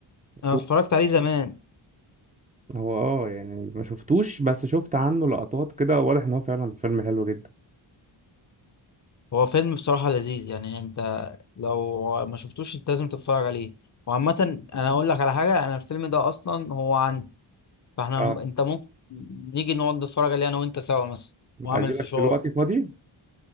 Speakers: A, on the left; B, on the right.
A: انا
B: هو
A: اتفرجت عليه زمان
B: هو اه يعني ما شفتوش بس شفت عنه لقطات كده واضح ان هو فعلا فيلم حلو جدا
A: هو فيلم بصراحه لذيذ يعني انت لو ما شفتوش انت لازم تتفرج عليه وعامة انا اقول لك على حاجة انا الفيلم ده اصلا هو عندي فاحنا
B: اه
A: م- انت ممكن نيجي نقعد نتفرج عليه انا وانت سوا مثلا واعمل
B: اجيلك
A: فشار
B: دلوقتي فاضي